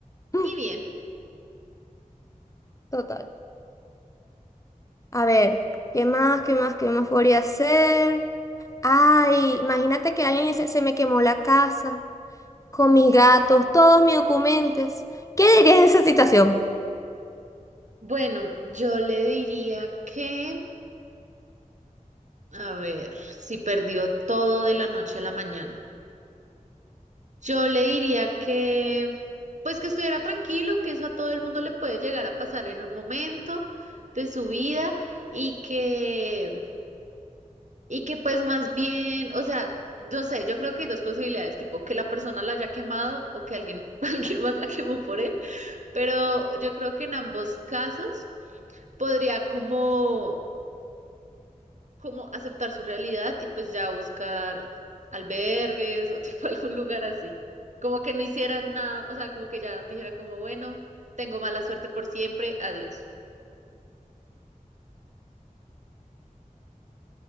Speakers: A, on the left (about 25°); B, on the right (about 60°).
A: <laughs>
B: y bien.
A: Total. A ver, ¿qué más, qué más, qué más podría ser? Ay, imagínate que alguien le dice, se me quemó la casa, con mis gatos, todos mis documentos. ¿Qué dirías en esa situación?
B: Bueno, yo le diría que, a ver, si perdió todo de la noche a la mañana. Yo le diría que, pues que estuviera tranquilo, que eso a todo el mundo le puede llegar a pasar en un momento de su vida y que, y que pues más bien, o sea, no sé, yo creo que hay dos posibilidades, tipo que la persona la haya quemado o que alguien, <laughs> alguien más la quemó por él, pero yo creo que en ambos casos podría como como aceptar su realidad y pues ya buscar albergues o tipo <laughs> algún lugar así. Como que no hiciera nada, o sea, como que ya dijera como, bueno, tengo mala suerte por siempre, adiós.